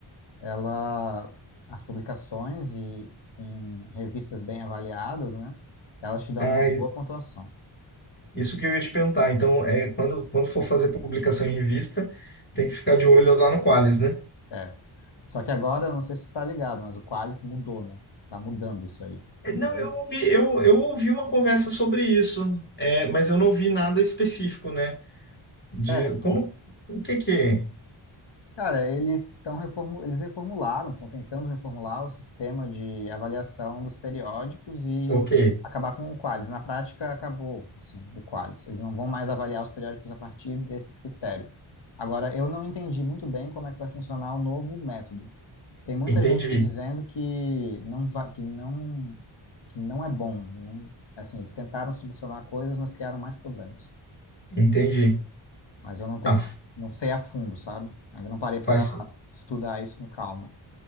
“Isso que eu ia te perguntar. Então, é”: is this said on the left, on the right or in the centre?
Left